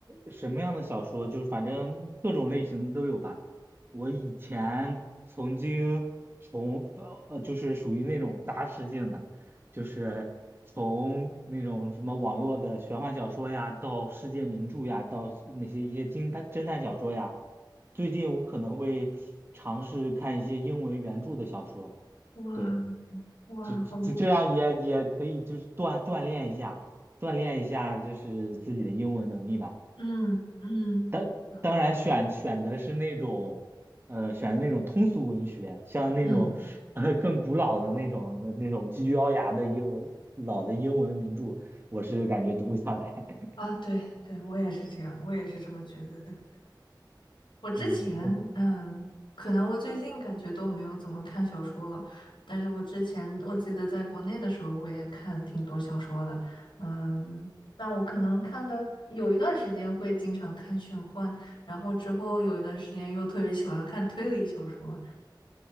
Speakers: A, on the right; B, on the left.
A: 什么样的小说？就是反正各种类型的都有吧。我以前曾经从呃，就是属于那种杂食性的，就是从那种什么网络的玄幻小说呀，到世界名著呀，到那些一些侦探侦探小说呀。最近我可能会尝试看一些英文原著的小说，
B: 哇
A: 对，
B: 哇，
A: 就就就这样也也可以，
B: 好厉害！
A: 就是锻锻炼一下，锻炼一下就是自己的英文能力吧。
B: 嗯嗯，
A: 当当然选选的是那种，
B: 是的
A: 呃，选的那种通俗文学，像那种呃更古老的那种那种极具奥牙的英文老的英文名著，
B: 嗯
A: 我是感觉读不下来。<laughs>
B: 啊，对对，我也是这样，我也是这么觉得的。我之前，
A: 嗯，对，
B: 嗯，可能我最近感觉都没有怎么看小说了，但是我之前我记得在国内的时候，我也看挺多小说的，嗯，但我可能看的有一段时间会经常看玄幻，然后之后有一段时间又特别喜欢看推理小说，